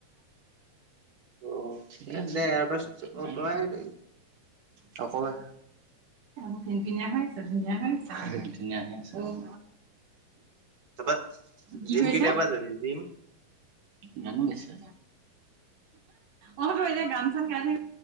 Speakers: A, on the right; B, on the right.
A: অ
B: ঠিকে
A: এ তেতিয়া
B: আছো,
A: এয়াৰবাছ
B: কিমান
A: আঁতৰাই
B: দিন হ'ল?
A: দে।
B: নকমে। এ ফিনফিনিয়া হৈ আছে ধুনীয়া হৈ আছে। ধুনীয়া হৈ আছে। উম'
A: তাৰপা
B: কি
A: জিম
B: কৰিছা?
A: কেতিয়াৰ পৰা যাবি জিম?
B: গানো গাইছা? অঁ তো এতিয়া গান চান গাই থাকি-